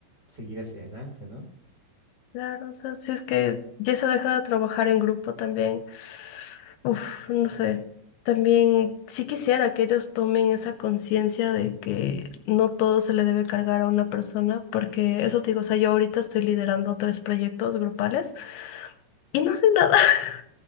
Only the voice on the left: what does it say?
Claro, o sea, si es que ya se deja de trabajar en grupo también, uff, no sé, también sí quisiera que ellos tomen esa conciencia de que no todo se le debe cargar a una persona, porque eso te digo, o sea, yo ahorita estoy liderando tres proyectos grupales y no sé nada. <laughs>